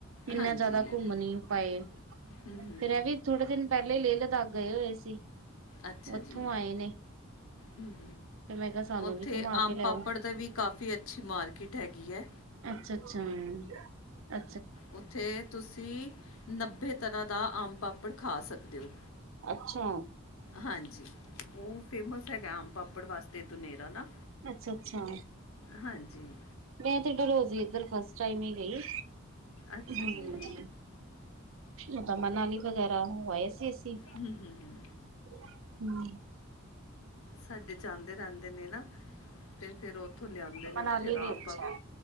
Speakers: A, on the left (about 80°); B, on the right (about 65°).
A: ਹਾਂਜੀ
B: ਏਨਾ ਜੇਆਦਾ ਘੁੰਮ ਨੀ ਪਾਏ,
A: ਹੂੰ ਹੂੰ
B: ਫੇਰ ਏ ਵੀ- ਥੋੜੇ ਦਿਨ ਪਹਿਲੇ ਈ, ਲੇਹ ਲਦਾਖ ਗਏ ਹੋਏ ਸੀ।
A: ਅੱਛਾ
B: ਉੱਥੋਂ
A: ਜੀ,
B: ਆਏ ਨੇ
A: ਹੂੰ
B: ਫਿਰ ਮੈਂ ਕਿਹਾ ਸਾਨੂੰ
A: ਉੱਥੇ
B: ਵੀ ਘੁਮਾ
A: ਆਮ
B: ਕੇ ਲਿਆਓ
A: ਪਾਪੜ ਦੇ ਵੀ ਕਾਫ਼ੀ ਅੱਛੀ ਮਾਰਕੀਟ ਹੈਗੀ ਏ।
B: ਅੱਛਾ, ਅੱਛਾ, ਅ
A: ਉੱਥੇ ਤੁਸੀਂ ਨੱਬੇ ਤਰ੍ਹਾਂ ਦਾ ਆਮ ਪਾਪੜ ਖਾ ਸਕਦੇ ਓ।
B: ਅੱਛਾ।
A: ਹਾਂਜੀ, ਓ ਫੇਮਸ ਹੈਗਾ ਆਮ ਪਾਪੜ ਵਾਸਤੇ ਦੁਨੇਰਾ ਨਾ।
B: ਅੱਛਾ, ਅੱਛਾ
A: ਹਾਂਜੀ
B: ਮੈਂ ਤੇ ਡਲੋਜੀ ਏਧਰ ਫਸਟ ਟਾਈਮ ਈ ਗਈ।
A: ਅੱਛਾ
B: ਹੂੰ,
A: ਜੀ
B: ਮਤਲਬ ਮਨਾਲੀ ਵਗੈਰਾ ਹੋ ਆਏ ਸ ਚੇ ਸੀ,
A: ਹੂੰ ਹੂੰ ਹੂੰ
B: ਹੂੰ
A: ਸਾਡੇ ਜਾਂਦੇ ਰਹਿੰਦੇ ਨੇ ਨਾ, ਤੇ ਫੇਰ ਉੱਥੋਂ ਲਿਆਂਦੇ ਨੇ,
B: ਮਨਾਲੀ
A: ਉੱਥੇ ਦਾ
B: ਵੀ
A: ਆਮ
B: ਅੱਛਾ
A: ਪਾਪ
B: ਹੈ।